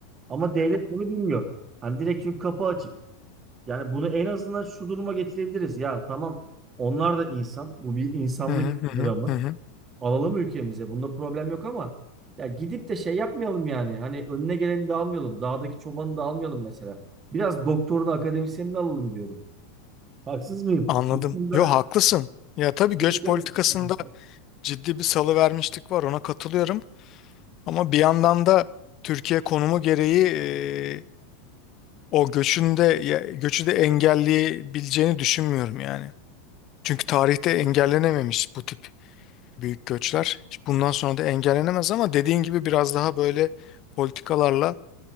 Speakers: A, on the right; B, on the left.
A: Ama devlet bunu bilmiyor. Hani direkt çünkü kapı açık. Yani bunu en azından şu duruma getirebiliriz. Ya tamam onlar da insan. Bu bir insanlık
B: Hı hı hı
A: dramı.
B: hı hı. hı.
A: Alalım ülkemize. Bunda problem yok ama ya gidip de şey yapmayalım yani. Hani önüne geleni de almayalım. Dağdaki çobanı da almayalım mesela. Biraz doktorunu, akademisyenini alalım diyorum. Haksız mıyım?
B: Anladım.
A: Bu konuda
B: Yo haklısın. Ya tabii
A: politika
B: göç politikasında
A: da açıklaması lazım.
B: ciddi bir salıvermişlik var ona katılıyorum. Ama bir yandan da Türkiye konumu gereği e, o göçün de ya- göçü de engelleyebileceğini düşünmüyorum yani. Çünkü tarihte engellenememiş bu tip büyük göçler. Bundan sonra da engellenemez ama dediğin gibi biraz daha böyle politikalarla